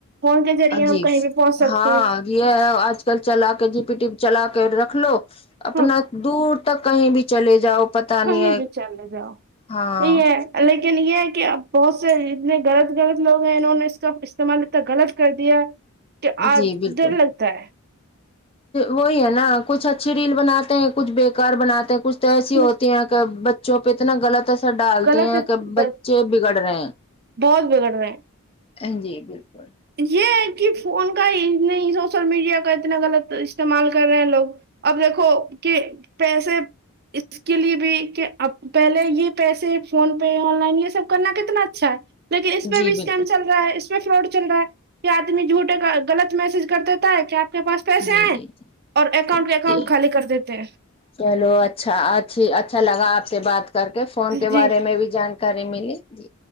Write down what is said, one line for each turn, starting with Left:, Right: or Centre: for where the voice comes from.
Right: فون کے ذریعے
Left: جی
Right: ہم کہیں بھی پہنچ سکتے
Left: ہاں
Right: ہیں
Left: یہ آج کل چلا کے جی پی ٹی چلا کے رکھ لو اپنا
Right: ہ
Left: دور تک کہیں بھی چلے جاؤ پتا نہیں
Right: کہیں
Left: ہے
Right: بھی چل جاؤ
Left: ہاں
Right: ہے لیکن یہ کہ اب بہت سے اتنے غلط غلط لوگ ہیں نے انہونے اس کا استعمال اتنا غلط کر دیا کہ آب
Left: جی بالکل
Right: ڈر لگتا ہے
Left: وہی ہے نہ کچھ اچھی ریل بناتے ہیں کچھ بیکار بناتے ہیں کچھ تو ایسی ہوتی
Right: بس
Left: ہیں تو بچوں پہ اتنا غلط تو سا ڈالتی
Right: غلط
Left: ہیں
Right: ہے
Left: کہ
Right: بس
Left: بچے بگڑ رہے ہیں
Right: بہت بگڑ رہے ہیں
Left: ہاں جی بالکل
Right: یہ ہے کی فون کا ہی نہیں سوشل میڈیا کا اتنا غلط استعمال کر رہے ہیں لوگ اب دیکھو کہ پیسے اس کے لیے بھی کہ اب پہلے یہ پیسے فون پے آن لائن یہ سب کرنا کتنا اچھا ہے لیکن اس پہ
Left: جی
Right: بھی اسکیم
Left: بالکل
Right: چل رہا ہے اس پہ فراڈ چل رہا ہے کہ آدمی جھوٹے کا غلط میسج کر دیتا ہے کہ آپ کے پاس پیسے
Left: جی
Right: آے
Left: جی جی
Right: ہے اور اکاؤنٹ
Left: جی
Right: کے اکاؤنٹ
Left: جی
Right: خالی کر دیتے ہیں
Left: چلو اچھا اچھی اچھا لگا آپ سے بات کر کے فون کے
Right: جی
Left: بارے میں بھی جانکاری ملی جی